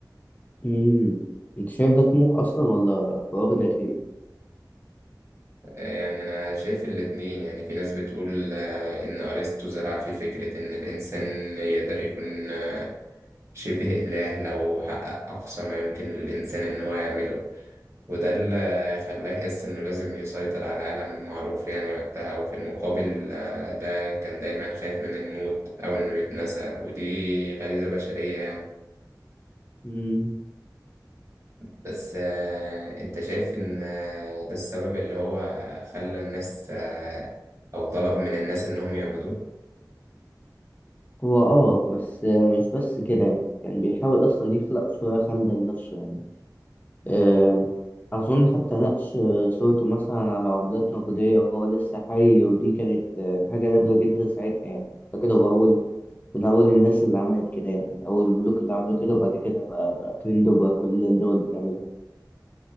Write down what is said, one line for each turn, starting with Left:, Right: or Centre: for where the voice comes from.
Left: مم. أنت شايف ده طموح أصلا ولا فراغ داخلي؟
Right: آه، يعني أنا شايف الاتنين يعني في ناس بتقول آه، إن أرسطو زرع في فكرة إن الإنسان يقدر يكون آه، شبه إله لو حقق أقصى ما يمكن للإنسان إن هو يعمله وده اللي خلاه يحس إنه لازم يسيطر على العالم المعروف يعني وقتها وفي المقابل آه، ده كان دايما خايف من الموت أو إنه يتنسى ودي غريزة بشرية يعني
Left: مم.
Right: بس آه، أنت شايف إن آه، ده السبب اللي هو خلى الناس آه، أو طلب من الناس إنهم يعبدوه؟
Left: هو اه بس آه، مش بس كده يعني كان بيحاول اصلا يخلق صورة خالدة لنفسه يعني آم، اظن حتى نقش آه، صورته مثلا على عملات نقدية وهو لسه حي ودي كانت آه، حاجة نادرة جدا ساعتها يعني اعتقد هو اول من اول الناس اللي عملت كده يعني اول الملوك اللي عملوا كده وبعد كده بقى بقى ترند وبقى كل الدول بتعملها يعني